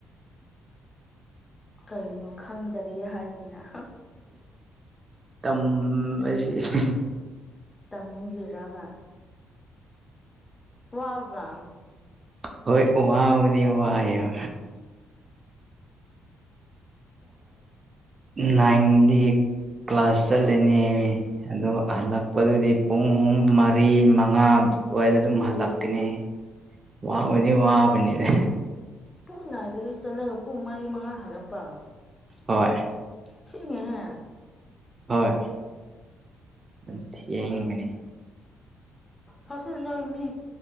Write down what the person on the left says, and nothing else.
ꯀꯩꯅꯣ ꯈꯪꯗꯔꯤꯦ ꯍꯥꯏꯗꯅ
ꯇꯃꯤꯒꯤꯔꯕ ꯋꯥ ꯋꯥ
ꯄꯨꯡ ꯏꯗꯗꯒꯤ ꯆꯠꯂ ꯄꯨꯡ ꯃꯔꯤ ꯃꯉꯥꯜ ꯍꯜꯂꯛꯄ
ꯊ ꯍꯦ
ꯍꯁ ꯅꯣꯏ ꯃꯤ